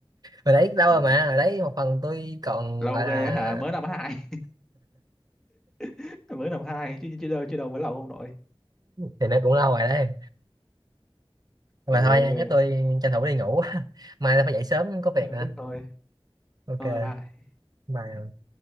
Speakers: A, on the right; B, in the centre.
A: hồi đấy lâu
B: ừ.
A: rồi mà hồi đấy một phần tôi còn
B: lâu
A: gọi là
B: ghê á hả mới năm hai <laughs> mới năm hai chứ chứ đâu chứ đâu mới lâu ông nội
A: thì nó cũng lâu rồi đấy mà
B: ừ lâu
A: thôi nha
B: ghê
A: chắc tôi tranh thủ đi ngủ <laughs> mai tôi phải dậy sớm có việc
B: ừ,
A: nữa
B: thế thôi
A: ok
B: thôi bye
A: bye